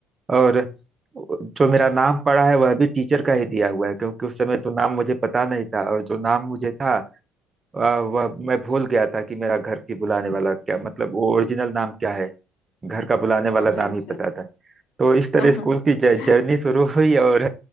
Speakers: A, on the right (about 35°); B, on the left (about 70°).
A: और जो मेरा नाम पड़ा है वह भी टीचर का ही दिया हुआ है क्योंकि उस समय तो नाम मुझे पता नहीं था और जो नाम मुझे था अ, वह मैं भूल गया था कि मेरा घर की बुलाने वाला क्या मतलब वो ओरिजिनल नाम क्या है घर का बुलाने
B: हाँ
A: वाला नाम
B: अच्छा
A: ही पता था तो इस तरह
B: <laughs>
A: स्कूल की जर्नी शुरू हुई और